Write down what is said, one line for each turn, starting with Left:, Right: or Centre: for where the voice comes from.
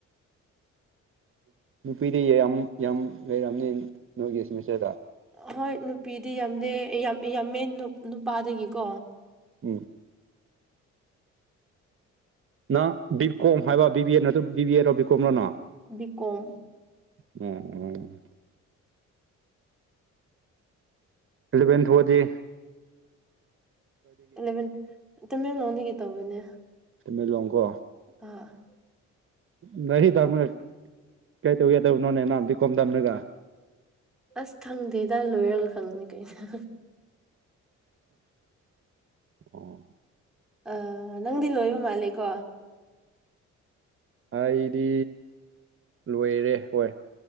Right: ꯅꯨꯄꯤꯗꯤ ꯌꯥꯝ ꯌꯥꯝ ꯂꯩꯔꯛꯑꯅꯤ ꯅꯣꯏꯒꯤ ꯁꯦꯃꯤꯁꯇꯔꯗ
Centre: ꯍꯣꯏ ꯅꯨꯄꯤꯗꯤ ꯌꯥꯝꯗꯦ ꯌꯥꯝꯃꯦ ꯅꯨꯄꯥꯗꯒꯤꯀꯣ
Right: ꯎꯝ ꯅ ꯕꯤ ꯀꯣꯝ ꯍꯥꯏꯕ ꯕꯤ ꯕꯤ ꯑꯦ ꯅꯠꯇ꯭ꯔ ꯕꯤ ꯕꯤ ꯑꯦꯔꯣ ꯕꯤ ꯀꯣꯝꯅꯣꯅꯣ
Centre: ꯕꯤ ꯀꯣꯝ
Right: ꯎꯝ ꯎꯝ ꯏꯂꯚꯦꯟ ꯊꯗꯤ
Centre: ꯏꯂꯚꯦꯟ ꯑꯣ ꯃꯦꯝ ꯑꯣꯡꯂꯤꯒꯤ ꯇꯧꯕꯋꯅꯦ
Right: ꯁꯤꯃꯦꯂꯣꯡ ꯀꯣ
Centre: ꯑ
Right: ꯉꯥꯔꯤ ꯇꯥꯝꯅꯒ ꯀꯩ ꯇꯧꯒꯦꯗꯕꯅꯣꯅꯦ ꯅꯅꯥꯝꯗꯤ ꯀꯣꯝ ꯇꯝꯅꯒ
Centre: ꯑꯁ ꯈꯪꯗꯦ ꯏꯗꯥ ꯂꯣꯏꯔꯒ ꯈꯪꯅꯤ ꯀꯩꯅ
Right: ꯑꯣ
Centre: ꯑ ꯅꯪꯗꯤ ꯂꯣꯏꯕ ꯃꯥꯜꯂꯦꯀꯣ
Right: ꯑꯩꯗꯤ ꯂꯣꯏꯔꯦ ꯍꯣꯏ